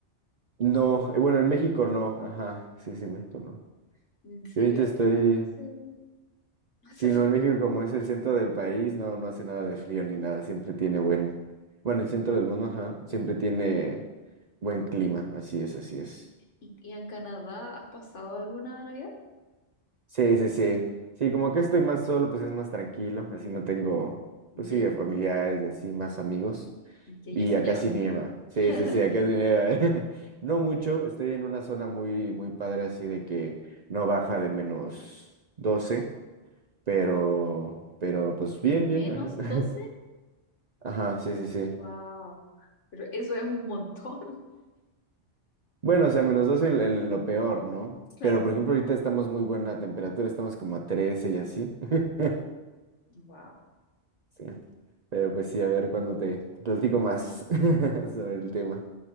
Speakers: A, on the right (about 50°); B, on the left (about 75°).
A: No, eh, bueno, en México no. Ajá, sí, sí, en México no.
B: ¿En serio?
A: Yo ahorita estoy...
B: No, no hace, <laughs> no hace
A: Sí,
B: frío.
A: no, en México como es el centro del país, no, no hace nada de frío ni nada, siempre tiene buen, bueno, el centro del mundo, ajá, siempre tiene buen clima, así es, así es.
B: ¿Y, y en Canadá has pasado alguna Navidad?
A: Sí, sí, sí. Sí, como que estoy más solo, pues es más tranquilo, así no tengo,
B: Ya,
A: pues sí, familiares y así, más amigos.
B: ya, ya
A: Y
B: sí
A: acá
B: nieva.
A: sí nieva, sí,
B: <laughs>
A: sí, sí, acá sí nieva. <laughs> No mucho, estoy en una zona muy, muy padre, así de que no baja de menos 12, pero, pero pues
B: ¿De
A: bien, bien,
B: menos
A: ajá. <laughs>
B: doce
A: Ajá, sí, sí, sí.
B: Wow, pero eso es un montón,
A: Bueno, o sea, menos dos en, en lo peor, ¿no?
B: <laughs> claro.
A: Pero por ejemplo, ahorita estamos muy buena temperatura, estamos como a 13 y así. <laughs>
B: Wow.
A: Sí. Pero pues sí, a ver cuándo te platico más <laughs> sobre el tema.